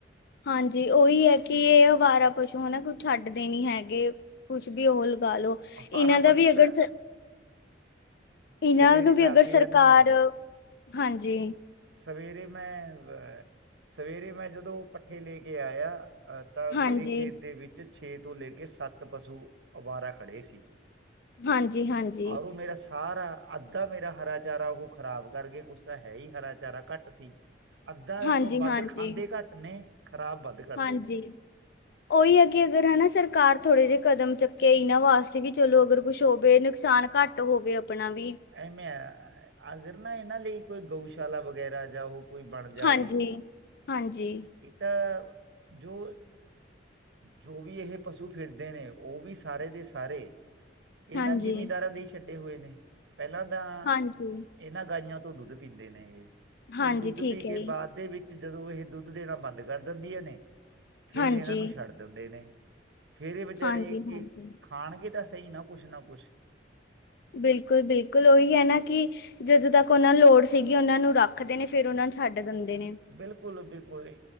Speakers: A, on the left; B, on the right.
A: ਹਾਂਜੀ ਉਹੀ ਹੈ ਕਿ ਇਹ ਅਵਾਰਾ ਪਸੂ ਹੈਨਾ ਕੁਛ ਛੱਡਦੇ ਨੀ ਹੈਗੇ। ਕੁਛ ਵੀ ੳਹ ਲਗਾ ਲੋ ਇਹਨਾਂ
B: ਹਰਾ
A: ਦਾ
B: ਪਸ਼ੂ
A: ਵੀ ਅਗਰ,
B: ਤਾਂ
A: ਇਹਨਾਂ
B: ਸਵੇਰੇ
A: ਨੂੰ
B: ਲਾ
A: ਵੀ ਅਗਰ
B: ਕੇ
A: ਸਰਕਾਰ
B: ਆਨੇ ਆ
A: ਹਾਂਜੀ।
B: ਸਵੇਰੇ ਮੈਂ ਅਹ ਸਵੇਰੇ ਮੈਂ ਜਦੋਂ ਪੱਠੇ ਲੇ ਕੇ ਆਇਆ ਅਹ ਤਾਂ ਮੇਰੇ
A: ਹਾਂਜੀ
B: ਖੇਤ ਦੇ ਵਿੱਚ ਛੇ ਤੋਂ ਲੈ ਕੇ ਸੱਤ ਪਸੂ ਅਵਾਰਾ ਖੜ੍ਹੇ ਸੀ।
A: ਹਾਂਜੀ ਹਾਂਜੀ
B: ਆਰੋ ਮੇਰਾ ਸ ਆ ਰਾ ਅੱਧਾ ਮੇਰਾ ਹਰਾ ਚਾਰਾ ਉਹ ਖਰਾਬ ਕਰ ਗਏ, ਕੁਛ ਤਾਂ ਹੈ ਹੀ ਹਰਾ ਚਾਰਾ ਘੱਟ ਸੀ। ਅੱਧਾ
A: ਹਾਂਜੀ
B: ਤੋਂ ਵੱਧ
A: ਹਾਂਜੀ
B: ਖਾਂਦੇ ਘੱਟ ਨੇ ਖ਼ਰਾਬ ਵੱਧ ਕਰਦੇ
A: ਹਾਂਜੀ।
B: ਨੇ
A: ਉਹੀ ਹੈ ਕਿ ਅਗਰ ਹੈਨਾ ਸਰਕਾਰ ਥੋੜੇ ਜਿਹੇ ਕਦਮ ਚੁੱਕੇ ਇਹਨਾਂ ਵਾਸਤੇ, ਵੀ ਚਲੋ ਅਗਰ ਕੁਛ ਹੋਵੇ ਨੁਕਸਾਨ ਘੱਟ ਹੋਵੇ ਅਪਣਾ ਵੀ
B: ਐਵੇਂ ਆ ਅਗਰ ਨਾ ਇਹਨਾਂ ਲਈ ਕੋਈ ਗਊਸ਼ਾਲਾ ਵਗੈਰਾ ਜਾਂ ਉਹ ਕੋਈ ਬਣ ਜਾਵੇ
A: ਹਾਂਜੀ ਹਾਂਜੀ
B: ਇਹ ਤਾਂ ਜੋ ਜੋ ਵੀ ਇਹ ਪਸੂ ਫਿਰਦੇ ਨੇ ਉਹ ਵੀ ਸਾਰੇ ਦੇ ਸਾਰੇ ਇਹ
A: ਹਾਂਜੀ
B: ਨਾਂ ਜ਼ਿਮੀਦਾਰਾਂ ਦੇ ਛੱਡੇ ਹੋਏ ਨੇ। ਪਹਿਲਾਂ ਤਾਂ
A: ਹਾਂਜੀ
B: ਇਹਨਾਂ ਗਾਈਆਂ ਤੋਂ ਦੁੱਧ ਪੀਂਦੇ ਨੇ ਇਹ,
A: ਹਾਂਜੀ
B: ਫਿਰ ਦੁੱਧ
A: ਠੀਕ
B: ਪੀ ਕੇ
A: ਹੈ ਜੀ
B: ਬਾਦ ਦੇ ਵਿੱਚ ਜਦੋਂ ਇਹ ਦੁੱਧ ਦੇਣਾ ਬੰਦ ਕਰ ਦਿੰਦੀਆਂ ਨੇ, ਫੇਰ
A: ਹਾਂਜੀ
B: ਇਹਨਾਂ ਨੂੰ ਛੱਡ ਦਿੰਦੇ ਨੇ। ਫੇਰ ਏ ਵਿਚਾਰੇ
A: ਹਾਂਜੀ
B: ਕਿ
A: ਹਾਂਜੀ
B: ਖਾਣਗੇ ਤਾਂ ਸਹੀ ਨਾ ਕੁਛ ਨਾ ਕੁਛ
A: ਬਿਲਕੁਲ ਬਿਲਕੁਲ ਉਹੀ ਹੈ ਨਾ ਕਿ ਜਦੋਂ ਤੱਕ ਉਹਨਾਂ ਲੋੜ ਸੀਗੀ ਉਹਨਾਂ ਨੂੰ ਰੱਖਦੇ ਨੇ ਫਿਰ ਉਹਨਾਂ ਨੂੰ ਛੱਡ ਦਿੰਦੇ
B: ਬਿਲਕੁਲ ਵੀ ਕੋਈ